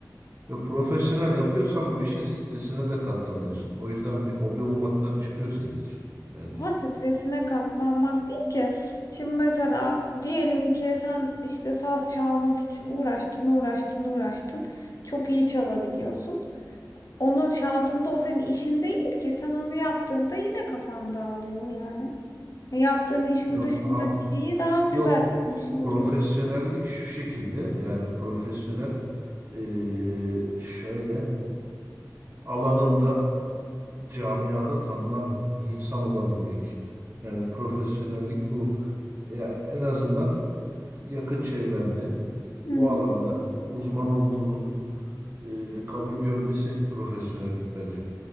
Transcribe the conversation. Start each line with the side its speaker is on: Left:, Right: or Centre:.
Right: Ve profesyonel yapıyorsan bu işin stresine de katlanıyorsun. O yüzden bir hobi olmaktan çıkıyor senin için bence.
Left: Ama stresine katlanmak değil ki. Şimdi mesela diyelim ki sen işte saz çalmak için uğraştın, uğraştın, uğraştın. Çok iyi çalabiliyorsun. Onu çaldığında o senin işin değil ki. Sen onu yaptığında yine kafan dağılıyor yani. Yaptığın işin
Right: Yok
Left: dışında
Right: ah,
Left: bir şeyi daha güzel
Right: yok
Left: yapmış oluyor.
Right: profesyonellik şu şekilde yani profesyonel eee, şöyle alanında camiada tanınan bir insan olabilmek. Yani profesyonellik bu. Ya en azından yakın çevrende
Left: Hmm.
Right: bu alanda uzman olduğunun e, kabul görmesi profesyonellik bence.